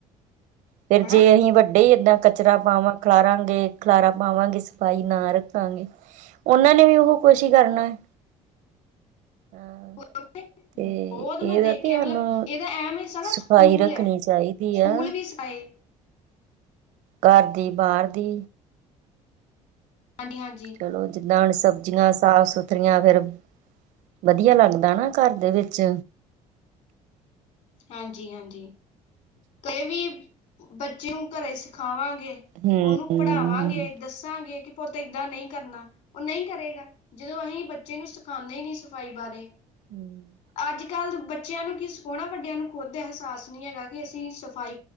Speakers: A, on the right (about 70°); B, on the left (about 60°).
A: ਫੇਰ
B: ਹਨਾ
A: ਜੇ ਅਸੀਂ ਵੱਡੇ ਹੀ ਏਦਾਂ ਕਚਰਾ ਪਾਵਾਂ ਖਲਾਰਾਂਗੇ ਖਲਾਰਾ ਪਾਵਾਂਗੇ ਸਫ਼ਾਈ ਨਾ ਰੱਖਾਂਗੇ ਉਹਨਾਂ ਨੇ ਵੀ ਉਹ ਕੁਛ ਹੀ ਕਰਨਾ ਹੈ
B: <inaudible>
A: ਹਾਂ
B: ਬਹੁਤ
A: ਤੇ ਇਹ
B: ਮੈਂ ਦੇਖਿਆ
A: ਵ ਵੀ ਸਾਨੂੰ
B: ਮਤਲਬ ਇਹਦਾ ਐਮ <inaudible> ਨਾ
A: ਸਫ਼ਾਈ
B: ਸਕੂਲ
A: ਰੱਖਣੀ
B: ਹੈ
A: ਚਾਹੀਦੀ
B: ਸਕੂਲ
A: ਆ
B: ਵੀ ਸਏ
A: ਘਰ ਦੀ ਬਾਹਰ ਦੀ
B: ਹਾਂਜੀ ਹਾਂਜੀ
A: ਚਲੋ ਜਿੱਦਾਂ ਹੁਣ ਸਬਜ਼ੀਆਂ ਸਾਫ ਸੁਥਰੀਆਂ ਫੇਰ ਵਧੀਆ ਲੱਗਦਾ ਨਾ ਘਰ ਦੇ ਵਿੱਚ
B: ਹਾਂਜੀ ਹਾਂਜੀ ਕਈ ਵੀ ਬੱਚੇ ਨੂੰ ਘਰੋਂ ਸਿਖਾਵਾਂਗੇ
A: ਹਮ
B: ਉਹਨੂੰ ਪੜ੍ਹਾਵਾਂਗੇ ਦੱਸਾਂਗੇ ਕਿ ਪੁਤ ਏਦਾਂ ਨਹੀਂ ਕਰਨਾ ਉਹ ਨਹੀਂ ਕਰੇਗਾ ਜਦੋਂ ਅਸੀਂ ਬੱਚੇ ਨੂੰ ਸਿਖਾਉਂਦੇ ਹੀ ਨਹੀਂ ਸਫ਼ਾਈ ਬਾਰੇ
A: ਹਮ
B: ਅੱਜ ਕੱਲ ਬੱਚਿਆਂ ਨੂੰ ਕੀ ਸਿਖਾਉਣਾ ਵੱਡਿਆਂ ਨੂੰ ਖੁੱਦ ਅਹਿਸਾਸ ਨਹੀਂ ਹੈਗਾ ਕਿ ਅਸੀਂ ਸਫਾਈ